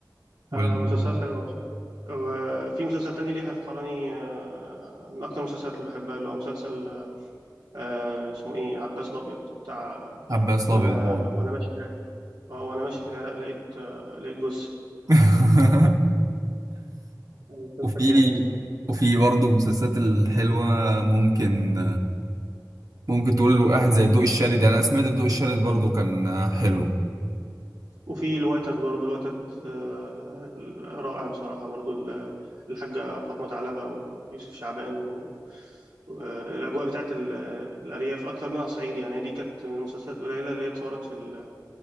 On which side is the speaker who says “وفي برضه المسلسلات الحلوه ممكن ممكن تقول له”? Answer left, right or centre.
Right